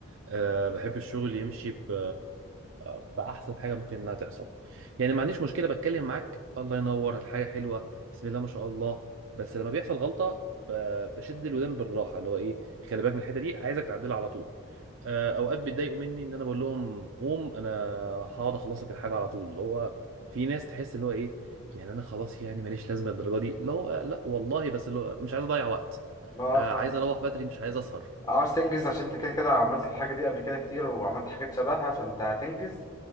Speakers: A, on the right; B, on the left.
A: أه بحب الشغل يمشي ب... بأحسن حاجة ممكن إنها تحصل يعني ما عنديش مشكلة بتكلم معاك الله ينور الحاجة حلوة بسم الله ما شاء الله بس لما بيحصل غلطة ب... بشد الودان بالراحة اللي هو إيه خلي بالك من الحتة دي عايزك تعدلها على طول أه أوقات بيتضايقوا مني إن أنا بقول لهم قوم أنا هقعد أخلص لك الحاجة على طول اللي هو في ناس تحس اللي هو إيه يعني أنا خلاص يعني ماليش لازمة الدرجة دي لا لا والله بس اللي هو مش عايز أضيع وقت
B: ما
A: آه،
B: فاهم
A: عايز اروح بدري مش عايز اسهر
B: عاوز تنجز عشان انت كده كده عملت الحاجة دي قبل كده كتير وعملت حاجات شبهها فانت هتنجز